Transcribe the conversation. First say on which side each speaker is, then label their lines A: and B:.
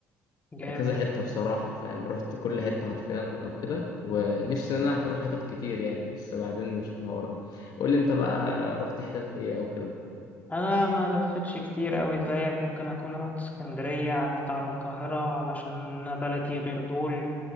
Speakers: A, on the left; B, on the left.
A: جامد
B: كذا حتة بصراحة فاهم رحت كل حتة حرفيا أو كده ونفسي إن أنا أروح حتت كتير يعني بس بعدين نشوف الحوار ده قول لي أنت بقى رحت حتت إيه أو كده
A: انا ما لفتش كتير قوي زيك ممكن اكون رحت اسكندرية عدت على القاهرة علشان أنا بلدي غير دول